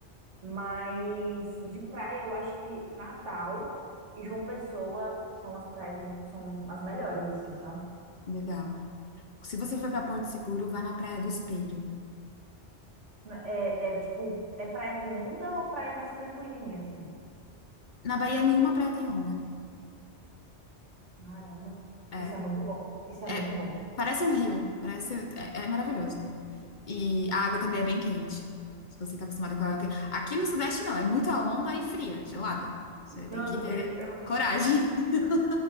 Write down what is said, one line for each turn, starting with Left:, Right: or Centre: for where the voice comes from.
Right: Mas de praia eu acho que Natal e João Pessoa são as praias, mu- são as melhores, assim, sabe?
Left: Legal. Se você for para Porto Seguro, vá na Praia do Espelho.
Right: Na- É, é tipo, é praia com onda ou praia mais tranquilinha, assim?
Left: Na Bahia, nenhuma praia tem onda.
Right: Caramba,
Left: É,
Right: isso é muito bom. Isso é
Left: é,
Right: muito bom.
Left: parece um rio. Parece, é, é maravilhoso. E a água também é bem quente. Se você tá acostumada com a água quente. Aqui no Sudeste não, é muita onda e fria, gelada. Você tem
Right: Não,
Left: que ter
Right: eu, eu
Left: coragem. <laughs>